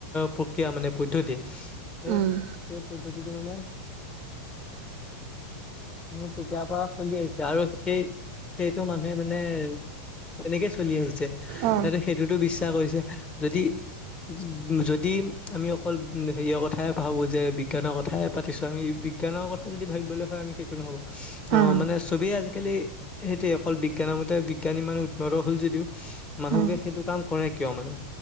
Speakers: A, on the left; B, on the right.
A: প্ৰক য়া মানে পদ্ধতি সেই
B: উম
A: সেই পদ্ধতিটো মানে মোৰ তেতিয়াৰ পৰা চলি আহিছে আৰু সেই সেইটো মানুহে মানে। তেনেকে চলি আহিছে সিহতে
B: অ
A: সেইটোতো বিশ্বাস কৰিছে যদি, উ যদি আমি অকল হেৰিয়ৰ কথাই ভাবো যে বিজ্ঞানৰ কথাই পাতিছো আমি- বিজ্ঞানৰ কথা যদি ভাবিবলৈ হয়, আমি সেইটো নহ'ব। অ',
B: উম
A: মানে চবেই আজি আজিকালি সেইটোৱে অকল বিজ্ঞানৰ মতে বিজ্ঞান ইমান উন্নত হ'ল যদিও মানুহবে
B: উম
A: সেইটো কাম কৰে। কিয় মানে